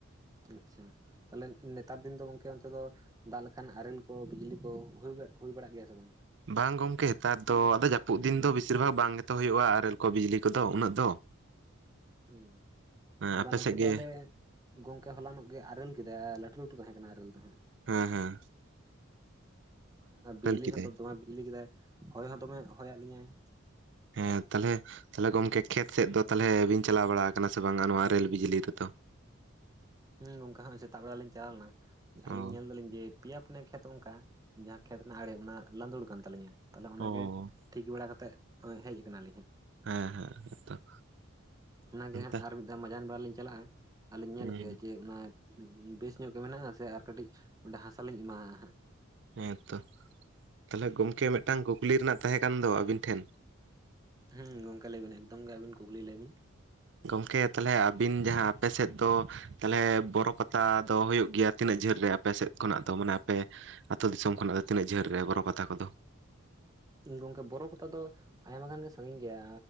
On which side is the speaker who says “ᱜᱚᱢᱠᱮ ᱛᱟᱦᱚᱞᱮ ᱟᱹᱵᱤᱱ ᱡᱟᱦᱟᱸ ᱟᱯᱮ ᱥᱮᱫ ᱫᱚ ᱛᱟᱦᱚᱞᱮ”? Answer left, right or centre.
Right